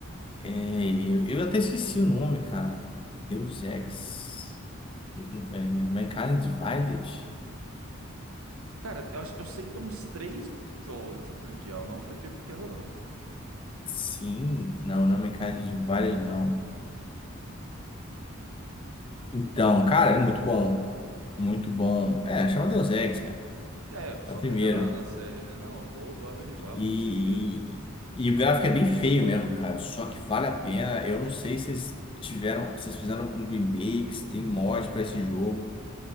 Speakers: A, on the left; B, on the right.
A: É, eu, eu até esqueci o nome, cara. Deus Ex. É, Mankind Divided?
B: Cara, eu, acho, eu sei que tem uns 3, 4 jogos essa franquia, ela não é uma franquia pequena, não.
A: Sim. Não, não é Mankind Divided, não. Então, cara, é muito bom. Muito bom. É, chama Deus Ex, cara.
B: É, só
A: É o primeiro.
B: pegar na, na série, né? Não, vou, vou averiguar,
A: E,
B: com certeza.
A: e- e o gráfico é bem feio mesmo, cara. Só que vale a pena. Eu não sei se vocês tiveram, se vocês fizeram um remake, se tem mod pra esse jogo.